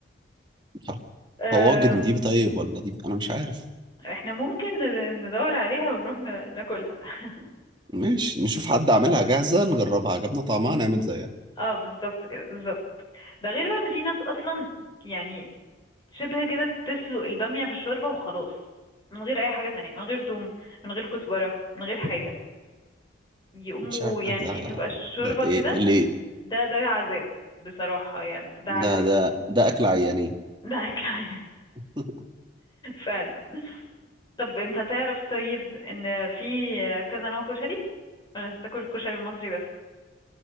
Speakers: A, on the right (about 25°); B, on the left (about 25°).
A: صح
B: بالجمبري
A: طواجن دي طيب ولا دي انا مش عارف
B: احنا ممكن ن- ندور عليها ونروح ن- ناكلها <laughs>
A: ماشي نشوف حد عاملها جاهزة نجربها عجبنا طعمها نعمل زيها
B: اه بالظبط كده بالظبط ده غير بقى ان في ناس اصلا يعني شبه كده بتسلق البامية في الشوربة وخلاص من غير اي حاجة تانية من غير توم من غير كزبرة من غير حاجة يقوموا
A: مش عارف
B: يعني
A: ده
B: تبقى الشوربة
A: ده ايه
B: كده
A: ليه
B: ده ده عذاب بصراحة يعني ده عذاب
A: ده ده ده اكل عيانين
B: ده اكل <laughs> يعني
A: <laughs>
B: فعلا طب انت تعرف طيب ان في كذا نوع كشري ولا هتاكل الكشري المصري